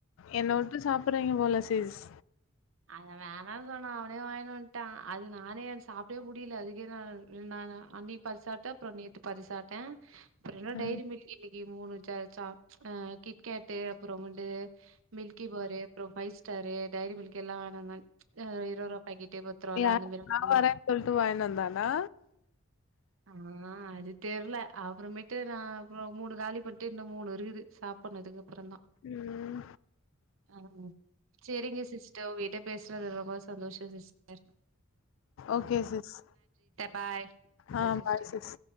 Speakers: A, on the left; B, on the right.
A: என்ன உட்டு சாப்பிறீங்க போல சிஸ்
B: அத வேணான்னு சொன்னா அவனே வாங்கினு வன்ட்டா அது நானே சாப்ட்டவே புடியல அதுக்கே நான் ந அன்னிப் பாதி சாப்ட்டே அப்புறோ நேத்து பதி சாப்ட்டே அப்புறோ இன்னேரு
A: ம்
B: டைரி மில்க் கி மூணு ச-சாக் ஹா கிட்கேட்டு அப்புறோ <unintelligible> மில்கி பாரு அப்புறோ ஃபைவ் ஸ்டாரு டைரி மில்க் எல்லா வங்கிட்வந்தாங் ஆஹ் இருபதுரூபா பக்கேட்டு பத்து ரூபால
A: யார்
B: அந்த மேரி மட்டுந்தா
A: நா வரேன் சொல்ட்டு வாங்கினு வந்தானா
B: ஆ அது தெரல அப்புறமேட்டு நா மூணு காலி பண்ணிட்டு இன்னு மூணு இருக்குது சாப்புட்றதுக்கு அப்புறோ தா
A: ம்
B: <unintelligible> சேரிங்க சிஸ் உங்கக்கிட்ட பேசறது ரொம்ப சந்தோஷம் சிஸ்டர்
A: ஓகே சிஸ்
B: பாய்
A: ஆ
B: சிஸ்டர்
A: பாய் சிஸ்